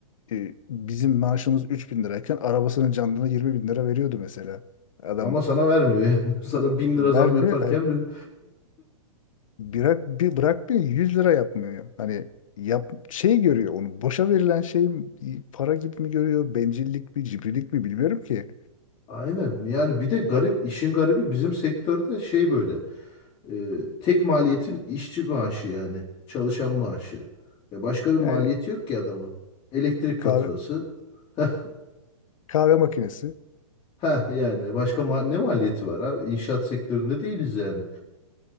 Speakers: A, on the left (about 65°); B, on the left (about 25°).
A: e, bizim maaşımız 3000 lirayken arabasının canlına 20 bin lira veriyordu mesela. Adam
B: Ama sana vermiyor yani. <laughs> Sana bin
A: vermiyor.
B: lira zam yaparken
A: Yani
B: bir...
A: bırak bir bırakmıyor 100 lira yapmıyor. Hani yap şey görüyor onu boşa verilen şey mi- para gibi mi görüyor bencillik mi cimrilik mi bilmiyorum ki.
B: Aynen yani bir de garip işin garibi bizim sektörde şey böyle. Ee, tek maliyetin işçi maaşı yani. Çalışan maaşı. Ya başka bir maliyeti
A: Yani
B: yok ki adamın. Elektrik
A: bir kahve
B: faturası. <laughs>
A: kahve makinesi
B: Ha yani başka ma ne maliyeti var abi? İnşaat sektöründe değiliz yani.